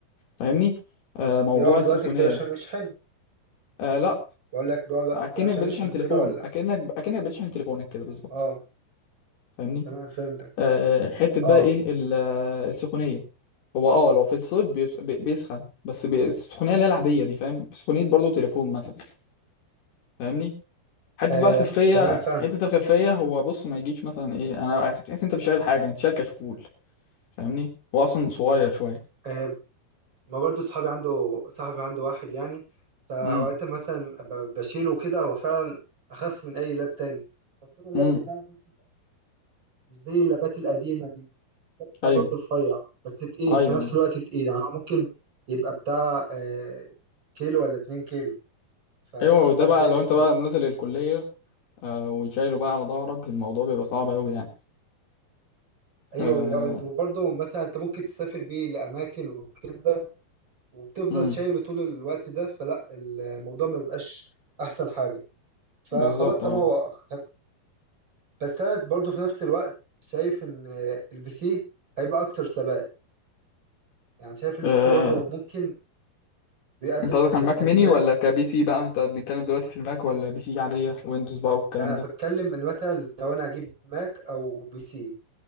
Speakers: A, on the left; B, on the right.
A: فاهمني آه موضوع
B: بيقعد
A: السخونيه
B: وقت كتير عشان يشحن
A: آه لا
B: بقول لك بيقعد وقت
A: اكنك
B: كتير عشان
A: بتشحن
B: يشحن وكده
A: تليفون
B: ولا
A: اكنك اكنك بتشحن تليفونك كده بالظبط
B: اه
A: فاهمني
B: تمام فهمتك
A: آه حته بقى
B: اه,
A: ايه ال- آه، السخونيه هو اه لو في الصيف بيس... بي- بيسخن بس بي... السخونيه اللي هي العاديه دي فاهم سخونيه برضه تليفون مثلا فاهمني حته
B: آه.
A: بقى الخفيه
B: تمام فاهمك
A: حته الخفيه هو بص ما يجيش مثلا ايه انا تحس انت مش شايل حاجه انت شايل كشكول فاهمني هو اصلا صغير شويه
B: آه. ما برضو صحابي عنده صاحبي عنده واحد يعني فأوقات
A: امم
B: مثلا ب- بشيله كده هو فعلا أخف من أي لاب تاني بس أنا اللاب
A: امم
B: بتاعي برضو مش مش زي اللابات القديمة دي. بتاع
A: ايوه
B: برضه رفيع بس تقيل
A: ايوه
B: في نفس
A: ايوه
B: الوقت تقيل يعني هو ممكن يبقى بتاع آه، كيلو ولا اتنين كيلو فلا
A: ايوه ده بقى
B: بجد
A: لو انت
B: تقيل
A: بقى نازل الكليه آه وشايله بقى على ظهرك الموضوع بيبقى صعب قوي يعني
B: ايوه
A: آه
B: لو وبرضه مثلا انت ممكن تسافر بيه لاماكن وكده وبتفضل
A: امم
B: شايله طول الوقت ده فلا الموضوع ما بيبقاش احسن حاجه فخلاص
A: بالظبط
B: تمام
A: اه
B: هو خف- بس انا برضه في نفس الوقت شايف ان آه، البي سي هيبقى اكتر ثبات يعني شايف البي
A: آه،
B: سي برضه ممكن بيقدم
A: انت قصدك
B: امكانيات
A: على الماك ميني ولا كبي سي بقى انت بنتكلم دلوقتي في الماك ولا بي سي عاديه ويندوز بقى والكلام
B: يعني انا
A: ده
B: بتكلم إن مثلا لو انا هجيب ماك او بي سي